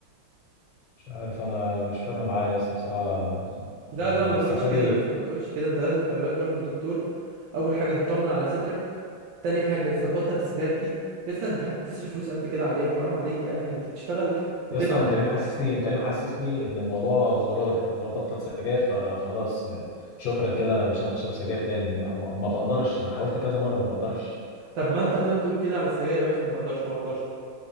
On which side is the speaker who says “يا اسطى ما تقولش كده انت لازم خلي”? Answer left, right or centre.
Right